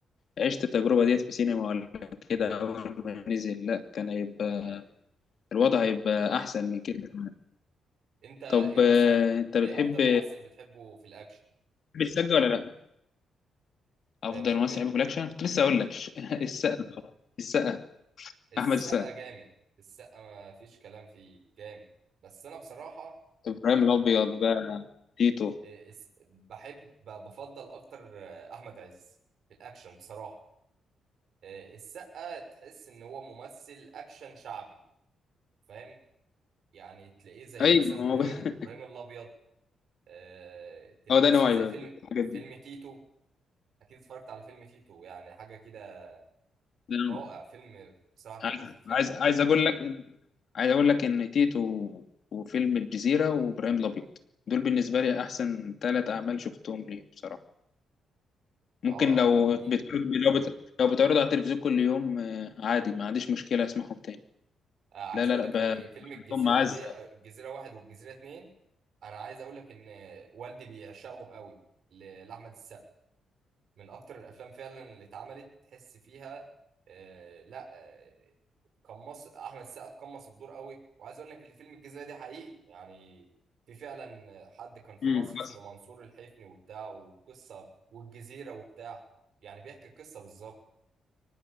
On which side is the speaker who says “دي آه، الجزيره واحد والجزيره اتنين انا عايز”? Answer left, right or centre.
Right